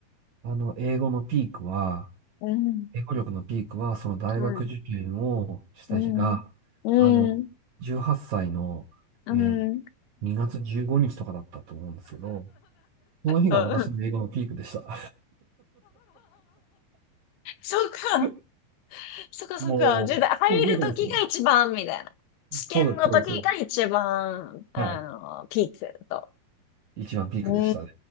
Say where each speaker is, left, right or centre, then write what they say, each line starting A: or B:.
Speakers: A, on the right (about 65°); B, on the left (about 80°).
A: あの、英語のピークは、
B: うん、
A: 英語力のピークは、その大学受験をした日が、
B: はい。うん。うん。
A: あの、18歳の、
B: うん。
A: えー2月15日とかだったと思うんですけど、その日が私の英語のピークでした。
B: うんそうか、
A: <laughs>
B: そうか、そうか。
A: もう、
B: じゃあ、入るときが一番、
A: 覚えてますよ
B: みたいな。試験のときが一番、
A: そうです、そうです、そうです。
B: あの、
A: はい。
B: ピークと。
A: 一番ピークでしたね。
B: う